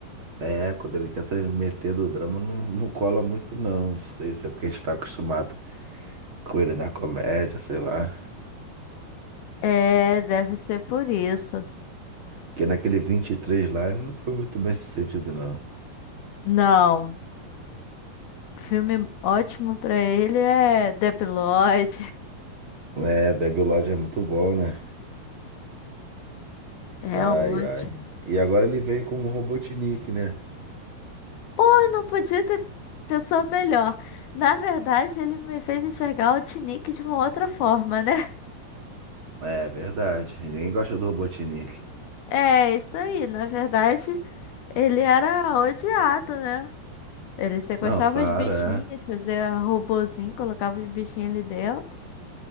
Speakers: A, on the right; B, on the left.
A: É, quando ele tenta meter do drama, não, não cola muito, não. Não sei se é porque a gente tá acostumado com ele na comédia, sei lá.
B: É, deve ser por isso.
A: Porque naquele vinte e três lá, ele não foi muito bem sucedido, não.
B: Não, filme ótimo pra ele é Debi Lloyd.
A: É, Debilóide é muito bom, né?
B: É
A: Ai,
B: ótimo.
A: ai. E agora ele veio como Robotnik, né?
B: Pô, não podia ter pessoa melhor. Na verdade, ele me fez enxergar o Tinique de uma outra forma, né?
A: É, verdade. Ninguém gosta do Robotnik.
B: É, isso aí. Na verdade, ele era odiado, né? Ele sequestava
A: Não, claro,
B: os bichinhos,
A: é.
B: fazia robozinho, colocava os bichinhos ali dentro.